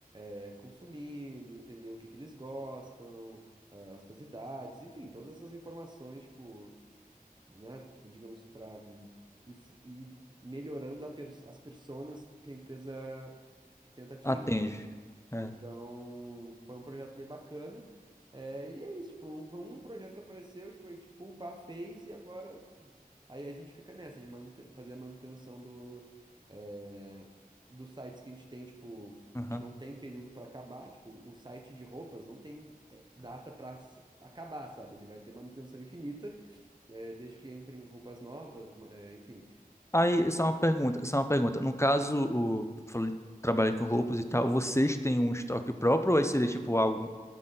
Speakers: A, on the right; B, on the left.
A: é, consumindo, entender o que que eles gostam, ah, as suas idades, enfim, todas essas informações, tipo, né, tipo, digamos, para ir, f- ir melhorando a pers- as personas que a empresa tenta atingir.
B: Atende. É.
A: Então, foi um projeto bem bacana. É, e é isso, tipo, um- foi um projeto que apareceu, tipo, tipo, um par fez e agora, tipo, aí a gente fica nessa de manute- fazer a manutenção do, é, dos sites que a gente tem, tipo,
B: aham.
A: que não tem período para acabar, tipo, o site de roupas não tem é, data para acabar, sabe? Ele vai ter manutenção infinita, é, desde que entrem roupas novas, ma- é, enfim.
B: Aí, só uma pergunta, só uma pergunta. No caso, o falou de trabalho com roupas e tal, vocês têm um estoque próprio ou aí seria tipo algo